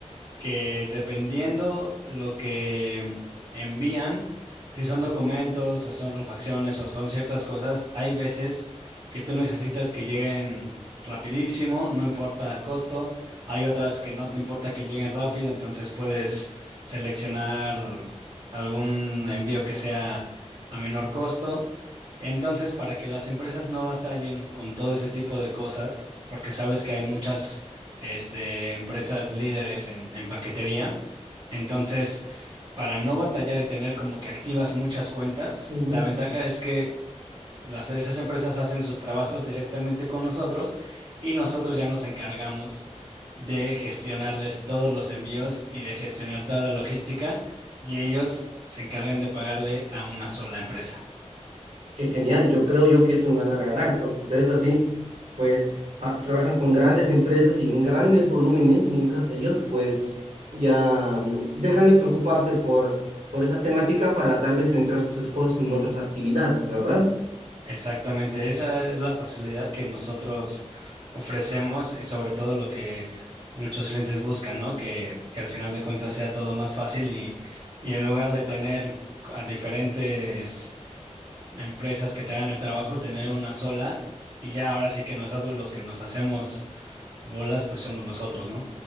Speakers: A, on the right; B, on the right.
A: que dependiendo lo que envían, si son documentos o son refacciones o son ciertas cosas, hay veces que tú necesitas que lleguen rapidísimo, no importa el costo, hay otras que no te importa que lleguen rápido, entonces puedes seleccionar algún envío que sea a menor costo. Entonces, para que las empresas no batallen con todo ese tipo de cosas, porque sabes que hay muchas este, empresas líderes en, en paquetería. Entonces, para no batallar y tener como que activas muchas cuentas,
B: Ujú.
A: la ventaja es que las, esas empresas hacen sus trabajos directamente con nosotros y nosotros ya nos encargamos de gestionarles todos los envíos y de gestionar toda la logística y ellos se encargan de pagarle a una sola empresa.
B: Qué genial. Yo creo yo que es un ganar-ganar, porque ustedes así, pues, ah, trabajan con grandes empresas y en grandes volúmenes, mientras ellos, pues, ya mm, dejan de preocuparse por, por esa temática para tal vez centrar sus esfuerzos en otras actividades, ¿verdad?
A: Exactamente, esa es la facilidad que nosotros ofrecemos y sobre todo lo que muchos clientes buscan, ¿no? Que, que al final de cuentas sea todo más fácil y, y en lugar de tener a diferentes empresas que te hagan el trabajo, tener una sola y ya ahora sí que nosotros los que nos hacemos bolas, pues somos nosotros, ¿no?